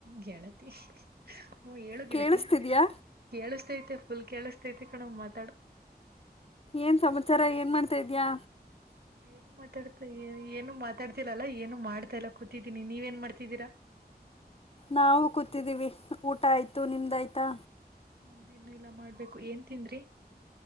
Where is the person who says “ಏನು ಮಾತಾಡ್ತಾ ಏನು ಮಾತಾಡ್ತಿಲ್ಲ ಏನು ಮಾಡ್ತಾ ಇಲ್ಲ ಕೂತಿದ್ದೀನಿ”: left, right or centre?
Right